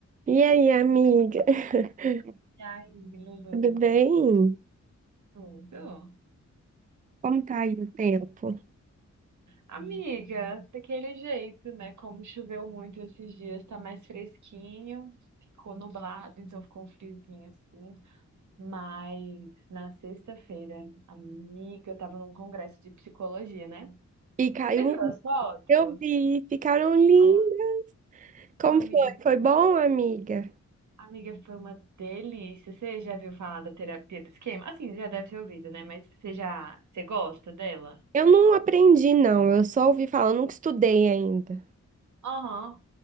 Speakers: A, on the right; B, on the right.
A: E aí, amiga? <laughs>
B: Ai, Lulu,
A: Tudo bem?
B: tudo.
A: Como tá aí o tempo?
B: Amiga, daquele jeito, né? Como choveu muito esses dias, tá mais fresquinho, ficou nublado, então ficou um friozinho assim. Mas na sexta-feira, amiga, eu tava num congresso de psicologia, né?
A: E caiu
B: Você viu
A: um.
B: as fotos?
A: Eu vi, ficaram lindas.
B: Ah,
A: Como
B: Amiga,
A: foi? Foi bom, amiga?
B: amiga, foi uma delícia. Você já viu falar da terapia do esquema? Assim, já deve ter ouvido, né? Mas você já, você gosta dela?
A: Eu não aprendi, não. Eu só ouvi falar, eu nunca estudei ainda.
B: Aham,